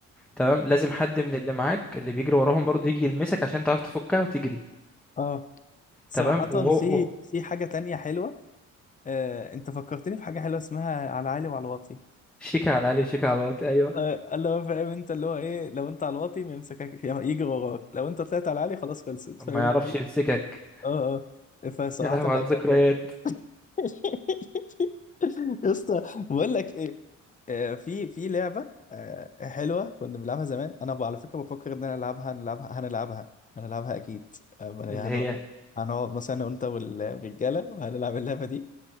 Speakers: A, in the centre; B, on the left.
A: تمام لازم حد من اللي معاك اللي بيجري وراهم برضه يجي يلمسك عشان تعرف تفكها وتجري
B: اه صراحة
A: تمام وهو
B: في
A: هو-
B: في حاجة تانية حلوة آه انت فكرتني في حاجة حلوة اسمها على عالي وعلى واطي
A: شيكة على العالي وشيكة على الواطي ايوه
B: آه، اللي هو فاهم انت اللي هو ايه لو انت على الواطي ما يمسكك يجري وراك لو انت طلعت على العالي خلاص خلصت
A: ما
B: فاهم انت
A: يعرفش يمسكك
B: اه اه فصراحة
A: يا لهوي
B: لا
A: على الذكريات
B: جامدة <laughs> يا اسطى بقول لك ايه آه، في في لعبة آه، حلوة كنا بنلعبها زمان انا ب- على فكرة بفكر ان انا العبها هنلعبها هنلعبها هنلعبها اكيد آه، يعني
A: اللي هي
B: هن- هنقعد مثلا انا وانت والرجالة وهنلعب اللعبة دي